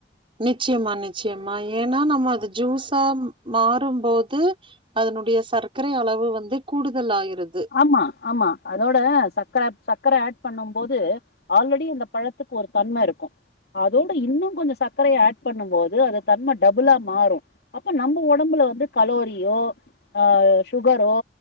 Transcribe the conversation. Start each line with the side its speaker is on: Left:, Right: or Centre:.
Right: நிச்சியமா நிச்சியமா ஏன்னா நம்ம அது ஜூஸா அம் மாறும்போது அதனுடைய சர்க்கரை அளவு வந்து கூடுதல் ஆயிருது
Left: ஆம்மா ஆம்மா அதோட சக்க சக்கர ஆட் பண்ணும் போது ஆல்ரெடி இந்த பழத்துக்கு ஒரு தன்ம இருக்கு அதோட இன்னு கொஞ்சோ சர்க்கரைய ஆட் பண்ணு போது அது தன்ம டபுளா மாறு அப்ப நம்ம ஒடம்புல வந்து கலோரியோ அஹ் சுகரோ